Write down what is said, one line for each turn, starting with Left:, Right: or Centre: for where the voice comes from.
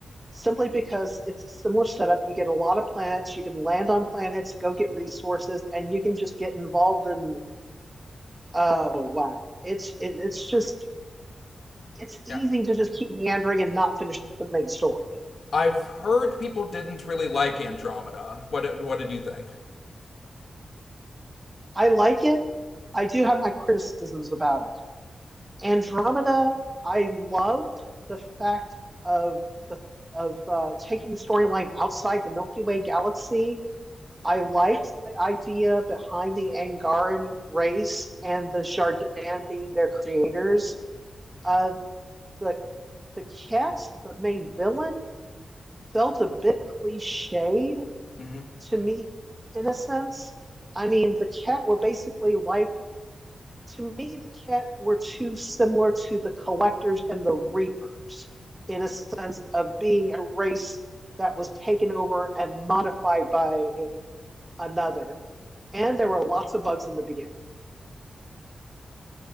Right: simply because it's a similar setup. You get a lot of planets, you can land on planets, go get resources, and you can just get involved in, oh wow. It's it, it's just it's easy
Left: Yeah.
Right: to just keep meandering and not finish the main story.
Left: I've heard people didn't really like Andromeda. What did- what did you think?
Right: I like it. I do have my criticisms about it. Andromeda, I loved the fact of the of uh, taking the storyline outside the Milky Way galaxy. I liked the idea behind the Angaran race and the Jardin being their creators. Uh, the the cat, the main villain, felt a bit cliched
Left: hmm
Right: to me in a sense. I mean, the cat were basically like to me, the Ket were too similar to the Collectors and the Reapers in a sense of being a race that was taken over and modified by another. And there were lots of bugs in the beginning.